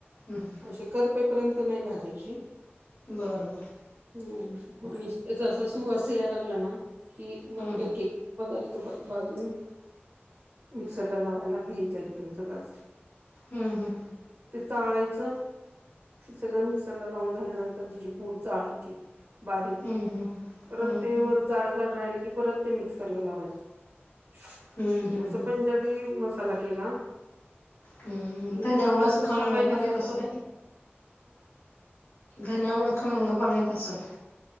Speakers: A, on the left (about 75°); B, on the right (about 55°).
A: हम्म
B: असे करपेपर्यंत नाही भाजायचे
A: बर बरं.
B: हम्म आणि त्याचा अस सूवास यायला लागला ना, कि मग
A: हम्म
B: एक- एक पदार्थ बाजून, मिक्सरला लावायला घ्यायचा एकदम, सगळाच.
A: हम्म, हम्म.
B: चाळायचं. सगळं मिक्सर ला लावून झाल्यानंतर, तिची पूड चाळायची. बारीक
A: हम्म हम्म हम्म
B: परत ते
A: हम्म हम्म
B: वर जाड जाड राहिलं की परत ते मिक्सरला लावायचं
A: हम्म हम्म
B: <unintelligible> असं पंजाबी मसाला केला.
A: हम्म
B: नंतर
A: धन्यामुळे
B: आपल्याला
A: असं
B: दुसरं
A: खमंगपणा
B: पाहिजे असलं
A: येत असेल
B: तर आप
A: धन्या मुळ खंमंग पणा येत असेल